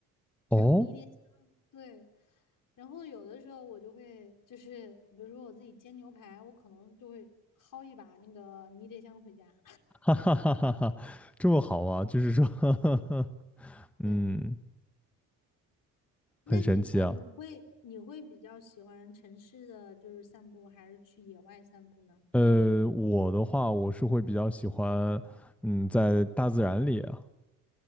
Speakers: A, in the centre; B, on the left.
A: 哦，
B: 还有迷迭香，对。然后有的时候我就会就是，比如说我自己煎牛排，我可能就会薅一把那个迷迭香回家。
A: <laughs> 哈哈哈哈哈，这么好啊，就是说 <laughs>
B: 对，
A: 嗯，
B: 那你呢？
A: 很神奇啊，
B: 你会你会比较喜欢城市的就是散步，还是去野外散步呢？
A: 呃，我的话，我是会比较喜欢。嗯，在大自然里啊。